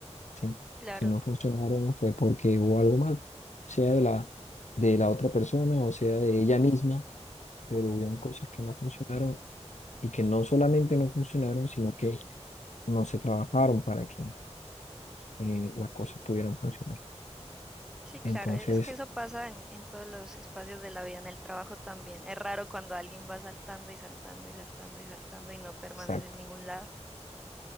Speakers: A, on the left; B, in the centre.
A: ¿sí?
B: Claro.
A: Si no funcionaron fue porque hubo algo mal, sea de la, de la otra persona o sea de ella misma, pero hubieron cosas que no funcionaron y que no solamente no funcionaron, sino que no se trabajaron para que eh, las cosas pudieran funcionar.
B: Sí,
A: Entonces,
B: claro, e, es que eso pasa en, en todos los espacios de la vida, en el trabajo también. Es raro cuando alguien va saltando y saltando y saltando y saltando y no permanece
A: exacto.
B: en ningún lado.